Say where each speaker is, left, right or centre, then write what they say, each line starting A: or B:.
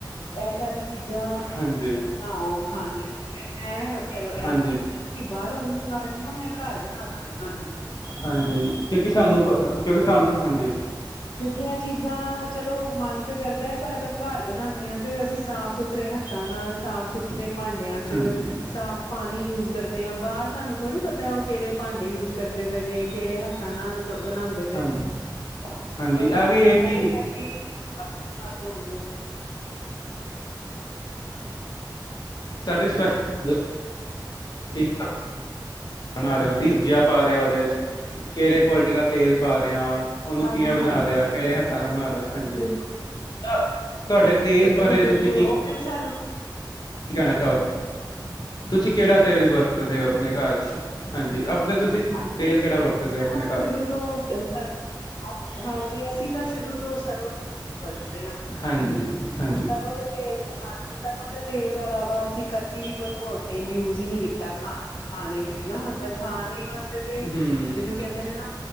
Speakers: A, on the left; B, on the left.
A: ਇਹ, ਸਾਰੀ ਚੀਜ਼ਾਂ।
B: ਹਾਂਜੀ,
A: ਬਣਾਓ, ਖਾਣੀਆ ਤੇ, ਫੇਰ ਮੈਂ
B: ਹਾਂਜੀ,
A: ਕਿ ਬਾਹਰੋਂ ਨੀ ਮੰਗਣੀਆ, ਮੈਂ ਘਰ ਬਣਾ ਦਾਂਗੀ ਤੁਹਾਨੂੰ।
B: ਹਾਂਜੀ, ਕਿਉਂਕਿ ਸਾਨੂੰ, ਕਿਉਂਕਿ ਸਾਨੂੰ ਹਾਂਜੀ।
A: ਕਿਉਂਕਿ ਇਹ ਚੀਜ਼ਾਂ, ਚਲੋ ਮਨ ਤੇ ਕਰਦਾ ਹੈ। ਪਰ ਅਗਰ ਘਰ ਬਣਾਉਦੇ ਹਾਂ ਤੇ, ਅਸੀਂ ਸਾਫ਼ ਸੁਥਰੇ ਰੇ ਹੱਥਾਂ ਨਾਲ, ਸਾਫ ਸੁਥਰੇ ਭਾਂਡਿਆਂ
B: ਹਾਂਜੀ,
A: ਚ, ਸਾਫ ਪਾਣੀ ਯੂਸ ਕਰਦੇ ਆਂ। ਬਾਹਰ ਸਾਨੂੰ ਥੋੜੀ ਪਤਾ, ਉਹ ਕਿਹੜੇ ਭਾਂਡੇ ਯੂਜ ਕਰਦੇ ਪਏ ਨੇ, ਕਿਹੜੇ ਹੱਥਾਂ ਨਾਲ, ਬਣਾਉਂਦੇ ਪਏ
B: ਹਾਂਜੀ,
A: ਨੇ।
B: ਹਾਂਜੀ
A: ਤੇ
B: ਇਹ
A: ਉਹ,
B: ਵੀ ਹੈ
A: ਉਹਦੇ
B: ਕਿ
A: ਕਰਕੇ, ਬਿਮਾਰੀਆਂ ਆਉਂਦੀਆਂ ਪਈਆਂ।
B: ਸੈਟਿਸਫੈਕਠੀ ਆ <unintelligible> ਬਣਾ ਰਿਹਾ ਹੁੰਦਾ। ਕੀ, ਸਬਜੀਆਂ ਪਾ ਰਿਹਾ ਉਹਦੇ ਚ, ਕਿਹੜੇ ਕੁਆਲਿਟੀ ਦਾ ਤੇਲ ਪਾ ਰਿਹਾ। ਉਹਨੂੰ
A: ਹਾਂਜੀ
B: ਕਿਆਂ ਬਣਾ
A: ਹਾਂਜੀ
B: ਰਿਆ। ਕਿਹੜੇ ਹੱਥਾਂ ਨਾਲ ਬਣਾ ਦਿਆ ਹਾਂਜੀ।
A: ਬਿਲਕੁਲ
B: ਤਾਂ ਤੁਹਾਡੇ ਤੇਲ,
A: ਬਿਲਕੁਲ
B: ਬਾਰੇ
A: ਬਿਲਕੁਲ
B: ਤੁਸੀਂ ਕੀ
A: ਉਹ ਸਾਨੂੰ
B: ਕੀ ਕਹਿਣਾ ਚਾਹੋਗੇ। ਤੁਸੀਂ ਕਿਹੜਾ ਤੇਲ, ਵਰਤਦੇ ਹੋ। ਆਪਣੇ ਘਰ ਚ। ਹਾਂਜੀ। ਆਪਣੇ ਤੁਸੀਂ
A: ਅਸੀਂ
B: ਤੇਲ ਕਿਹੜਾ ਵਰਤਦੇ ਹੋ ਆਪਣੇ
A: ਸ਼ੁਰੂ
B: ਘਰ
A: ਤੋਂ, ਸਰਸੋ ਹਾਂਜੀ। ਅਸੀਂ ਤਾਂ, ਸ਼ੁਰੂ ਤੋਂ ਸਰੋਂ ਵਰਤਦੇ ਹਾਂ।
B: ਹਾਂਜੀ ਹਾਂਜੀ
A: ਸਰੋਂ ਦੇ ਤੇਲ ਹਾਂਜੀ। ਸਰੋ ਦੇ ਤੇਲ ਤੋਂ, ਇਲਾਵਾ ਅਸੀਂ ਬਿਲਕੁਲ, ਕੋਈ ਹੋਰ ਤੇਲ ਯੂਜ ਹੀ ਨਹੀਂ ਕੀਤਾ। ਖਾ ਖਾਣੇ ਵਿੱਚ ਨਾ, ਮਤਲਬ ਖਾਣੇ ਵਾਸਤੇ ਤੇ,
B: ਹੂੰ
A: ਜਿਹਨੂੰ ਕਹਿੰਦੇ ਨੇ ਨਾ।